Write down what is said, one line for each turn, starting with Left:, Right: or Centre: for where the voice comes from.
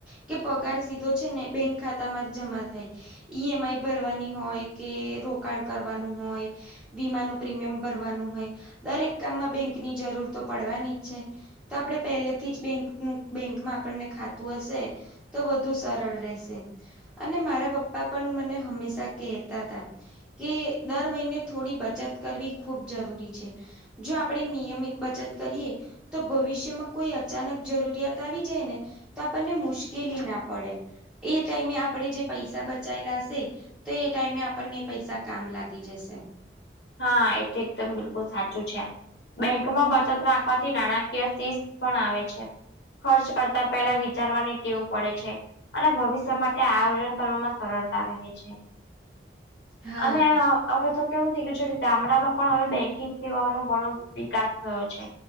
Centre: કે પગાર સીધો છે ને બેંક ખાતા માં જ જમા થાય ઈ એમ આઈ ભરવાની હોય કે રોકાણ કરવાનું હોય વીમાનું પ્રીમિયમ ભરવાનું હોય દરેક કામમાં બેંકની જરૂર તો પડવાની જ છે. તો આપડે પહેલેથી જ બેંકનું બેંકમાં આપણને ખાતું હશે તો વધુ સરળ રહેશે અને મારા પપ્પા પણ મને હંમેશા કેતા તા કે દર મહીને થોડી બચત કરવી ખૂબ જરૂરી છે. જો આપડે નિયમિત બચત કરીએ તો ભવિષ્યમાં કોઈ અચાનક જરૂરિયાત આવી જાય ને તો આપણને મુશ્કેલી ના પડે એ ટાઈમે આપડે જે પૈસા બચાયેલા અશે ત એ ટાઈમે આપણને એ પૈસા કામ લાગી જશે
Left: હા એ તો એકદમ બિલકુલ સાચું છે બેંકમાં બચત રાખવાથી નાણાકીય શિસ્ત પણ આવે છે. ખર્ચ કરતા પહેલા વિચારવાની ટેવ પડે છે. અને ભવિષ્ય માટે આયોજન કરવામાં સરળતા રહે છે.
Centre: હા
Left: ને અ અવે તો કેવું થઈ ગયું છે કે ગામડામાં પણ અવે બેંકિંગ સેવાઓનો ઘણો વિકાસ થયો છે.